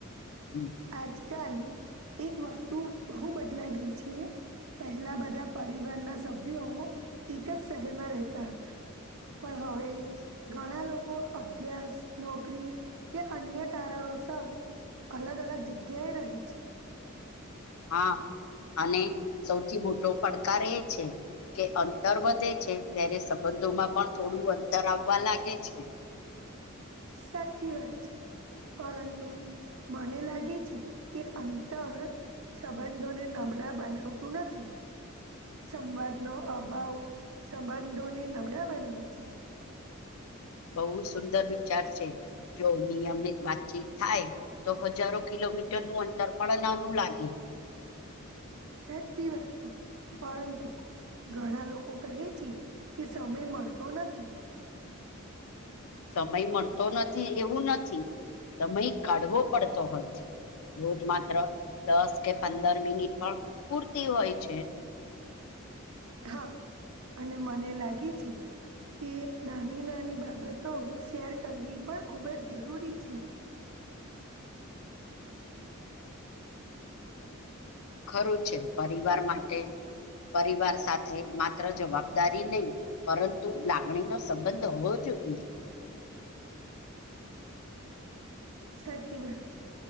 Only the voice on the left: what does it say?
હમ.
હા અને સૌથી મોટો પડકાર એ છે કે અંતર વધે છે, ત્યારે સંબંધોમાં પણ થોડું અંતર આવા લાગે છે.
બો સુંદર વિચાર છે, જો નિયમિત વાતચીત થાય તો હજારો કિલો મીટર નું અંતર પણ નાનું લાગે.
સમય મળતો નથી એવું નથી સમય કાઢવો પડતો હોય છે રોજ માત્ર દસ કે પંદર મિનિટ પણ પૂરતી હોય છે.
ખરું છે, પરિવાર માટે પરિવાર સાથે માત્ર જવાબદારી નય પરંતુ લાગણી નો સંબંધ હોવો જ જોયે.